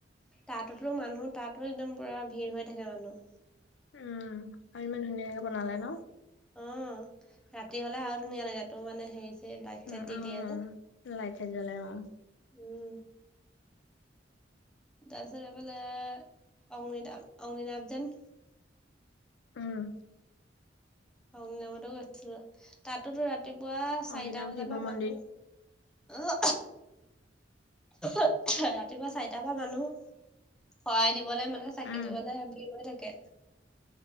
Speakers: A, in the centre; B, on the left.
A: তাতো মানুহ তাতো একদম পুৰা ভিৰ হৈ থাকে মানুহ।
B: উম আৰু ইমান ধুনীয়াকে বনালে ন?
A: অঁ, ৰাতি হলে আৰু ধুনীয়া লাগে এটো মানে হেৰি চেৰি লাইট
B: উম
A: চাইট দি
B: উম
A: দিয়ে যে
B: লাইট চাইট জ্বলাই অ।
A: উম। তাৰপিছত এইফালে অগ্নীনাভ অগ্নি নাম যেন।
B: উম।
A: অগ্নিনাভতে গৈছিলো তাতো ৰাতিপুৱা চাৰিটা
B: অৰিজিনেল
A: বজাৰ
B: শিৱ
A: পৰা মানুহ।
B: মন্দিৰ
A: আহ ৰাতিপুৱা চাৰিটাৰ পৰা মানুহ। শৰাই দিবলৈ মানে চাকি
B: উম
A: দিবলৈ ভিৰ হৈ থাকে।